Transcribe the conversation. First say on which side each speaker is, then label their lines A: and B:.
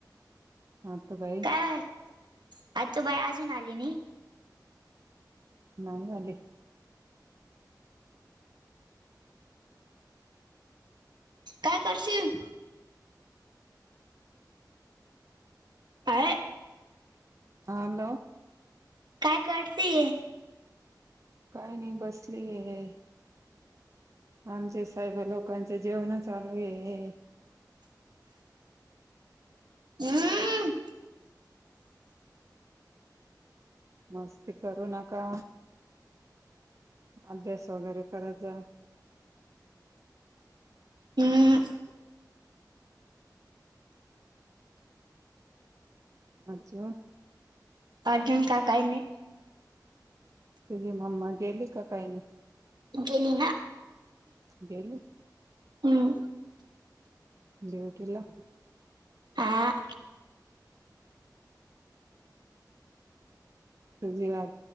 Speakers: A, on the right; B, on the right.
A: हा त बाई.
B: काय आतू बाई अजून आली नाही.
A: नाही आले.
B: काय करशील. <unintelligible>
A: हा हॅलो!
B: काय कडती.
A: काही नाही बसली हे. आमचे साहेब लोकांच जेवण चालू आहे.
B: हम्म.
A: मस्ती करू नका. अभ्यास वगैरे करात जा.
B: हम्म
A: <inaudible> अच्छा!
B: <unintelligible> काही नाही.
A: तुझी मम्मा गेली का काही नाही.
B: गेली ना.
A: गेली.
B: हम्म
A: ड्युटीला.
B: आ.
A: तुझी आ